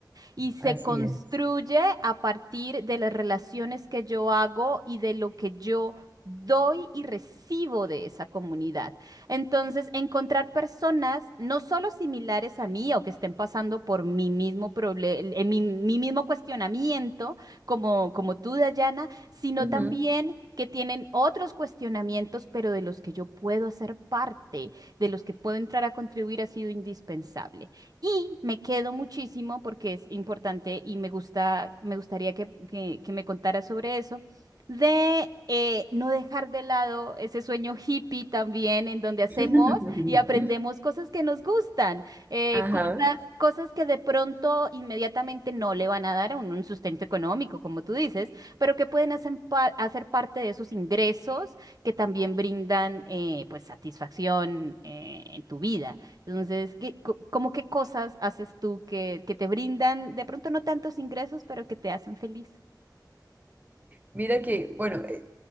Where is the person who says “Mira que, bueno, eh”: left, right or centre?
Right